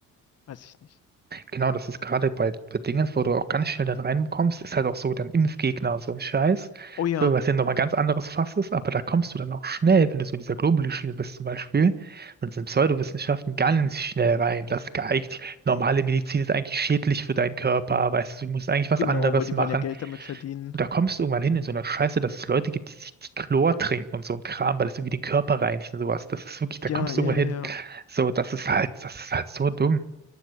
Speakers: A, on the left (about 55°); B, on the right (about 35°).
A: weiß ich nicht.
B: Genau, das ist gerade bei, bei Dingens, wo du auch ganz schnell dann reinkommst, ist halt auch so dann Impfgegner, und so ein Scheiß.
A: Oh ja,
B: So, was ja nochmal ganz anderes Fass ist, aber da kommst du dann auch schnell, wenn du so in dieser Globuli-Schiene bist zum Beispiel, und sind Pseudowissenschaften ganz schnell rein. Das geeignet, normale Medizin ist eigentlich schädlich für deinen Körper, weißt du, du musst eigentlich was
A: genau,
B: anderes
A: weil die
B: machen.
A: wollen ja Geld damit verdienen.
B: Und da kommst du irgendwann hin in so einer Scheiße, dass es Leute gibt, die sich die Chlor trinken und so ein Kram, weil es irgendwie den Körper reinigt und sowas. Das ist wirklich, da
A: Ja,
B: kommst
A: ja,
B: du irgendwann
A: ja. ja.
B: hin. So, das ist halt, das ist halt so dumm.